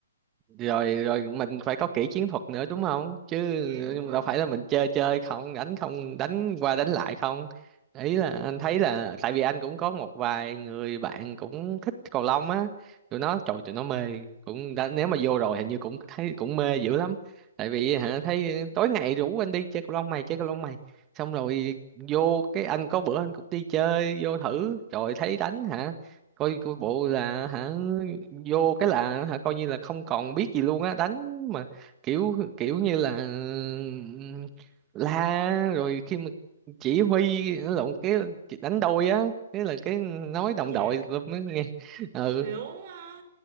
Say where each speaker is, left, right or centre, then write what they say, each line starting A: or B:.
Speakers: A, on the right; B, on the right.
A: rồi rồi mình phải có kỹ chiến thuật nữa đúng không chứ
B: dạ đúng rồi
A: đâu phải là mình chơi chơi không đánh không đánh qua đánh lại không ý là anh thấy là tại vì anh cũng có một vài người bạn cũng thích cầu lông á tụi nó trời tụi nó mê cũng đã nếu mà vô rồi hình như cũng thấy cũng mê dữ lắm tại vì hả thấy tối ngày rủ anh đi chơi cầu lông mày chơi cầu lông mày xong rồi vô cái anh có bữa anh cũng đi chơi vô thử rồi thấy đánh hả coi coi bộ là hả vô cái là hả coi như là không còn biết gì luôn á đánh mà kiểu kiểu như là ừm, la rồi khi mà chỉ huy lộn cái đánh đôi á thế là cái nói đồng
B: dạ
A: đội mới nghe ừ
B: kiểu ờ,